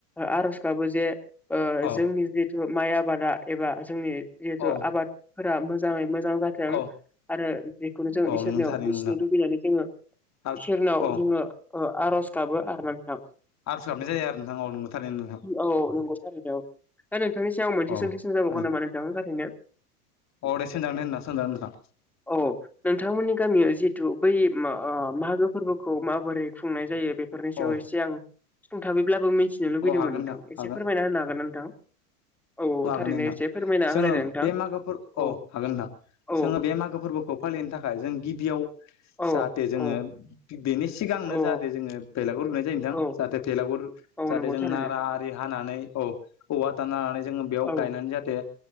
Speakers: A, in the centre; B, on the left.
A: आर'ज गाबो जे
B: औ
A: जोंनि जि जिथु माइ आबादा एबा जोंनि जिहेथु
B: औ
A: आबादफोरा मोजाङै मोजां जाथों
B: औ
A: आरो बेखौनो जों
B: औ
A: इसोरनियाव
B: नोंगौ थारैनो
A: बिसिनो
B: नोंथां
A: लुबैनानै जोङो।
B: आरज
A: इसोरनाव
B: औ
A: जोङो आर'ज गाबो आरोना नोंथां।
B: आरज गाबनाय जायो आरो नोंथां। औ नंगौ थारैनो नोंथां
A: औ नंगौ थारैनो औ दा नोंथांनि सिायाव मोनसे
B: औ
A: सोंथि सों जाबावगोन
B: खोनायो
A: नामा नोंथांनि खाथायनो
B: औ दे सोंजागोन दे नोंथां सोंजागोन नोंथां
A: औ नोंथांमोननि गामियाव जिथु बै मागो फोरबोखौ माबोरै खुंनाय जायो बेफोरनि सायाव
B: औ
A: एसे आं सुफुं थाबफैब्लाबो मिथिनो लुबैदोंमोन
B: औ हागोन
A: नोंथां एसे
B: हागोन
A: फोरमायना होनो हागोन नोंथां। औ औ
B: हागोन
A: थारैनो
B: दे नोंथां
A: एसे फोरमायना
B: जोङो
A: होलायनाय नोंथां
B: बे मागोफोर
A: औ
B: हागोन नोंथां
A: औ
B: जोङो बे मागो फोरबोखौ फालिनो थाखाय जों गिबियाव
A: औ
B: जाहाथे जोङो
A: औ
B: बेनि सिगांनो
A: औ
B: जाहाथे जोङो भेलागुर लुनाय जायो नोंथां
A: औ
B: जाहाथे भेलागुर
A: औ
B: जाहाथे
A: नंगौ
B: जों
A: थारैनो
B: नारा आरि हानानै औ औवा दानानानै जोङो बेयाव
A: औ
B: गायनानै जाहाथे